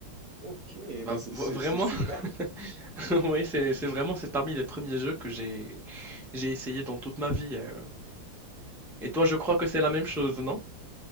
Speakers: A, on the right; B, in the centre.
A: ok,
B: Bah,
A: bah c'est
B: v-
A: c'est-
B: vraiment,
A: c'est super.
B: <laughs> oui, c'est c'est vraiment, c'est parmi les premiers jeux que j'ai j'ai essayé dans toute ma vie. euh. Et toi, je crois que c'est la même chose, non?